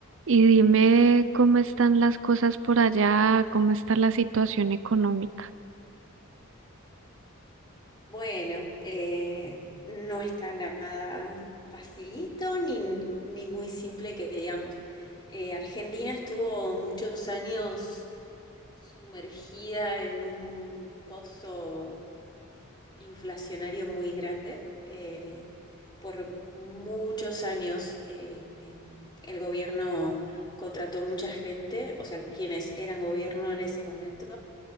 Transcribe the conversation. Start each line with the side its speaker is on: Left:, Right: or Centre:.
Right: Y dime cómo están las cosas por allá, cómo está la situación económica.
Left: Bueno, eh, no está nada facilito ni, ni muy simple que digamos. Eh, Argentina estuvo muchos años sumergida en un pozo inflacionario muy grande. Eh, por muchos años eh, em, el gobierno contrató mucha gente, o sea, quienes eran gobierno en ese momento